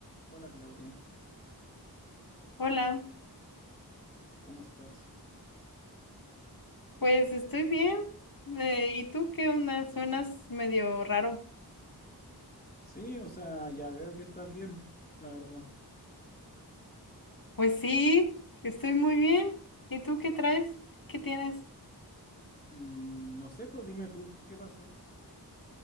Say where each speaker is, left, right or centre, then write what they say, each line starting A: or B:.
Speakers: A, on the left; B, on the left.
A: Hola Claudia,
B: Hola,
A: ¿cómo estás?
B: pues estoy bien. Eh, ¿y tú qué onda? Suenas medio raro.
A: Sí, o sea, ya veo que estás bien, la verdad.
B: Pues sí, estoy muy bien. ¿Y tú qué traes? ¿Qué tienes?
A: Mm, no sé, pues dime tú, ¿qué pasó?